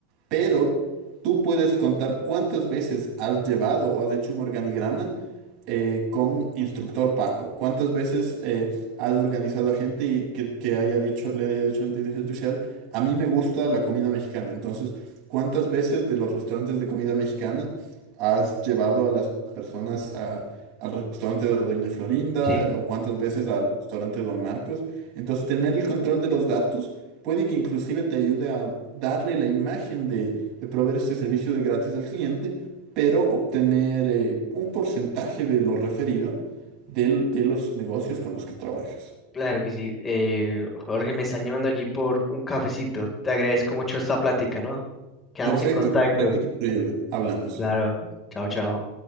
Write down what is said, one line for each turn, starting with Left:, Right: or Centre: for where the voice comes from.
Right: pero tú puedes contar cuántas veces has llevado o has hecho un organigrama eh, con instructor Paco, cuántas veces eh, has organizado a gente y que, que haya dicho, le haya dicho a la inteligencia artificial, a mí me gusta la comida mexicana, entonces, ¿cuántas veces de los restaurantes de comida mexicana has llevado a las personas a al restaurante de Doña Florinda
Left: Sí,
Right: o cuántas veces al restaurante de Don Marcos. Entonces, tener el control de los datos puede que inclusive te ayude a darle la imagen de, de proveer este servicio de gratis al cliente, pero obtener eh, un porcentaje de lo referido del- de los negocios con los que trabajas.
Left: Claro que sí. Eh, Jorge, me están llamando allí por un cafecito. Te agradezco mucho esta plática, ¿no? Quedamos
Right: Perfecto,
Left: en contacto.
Right: fue una práctica increíble. Hablamos.
Left: Claro. Chao, chao.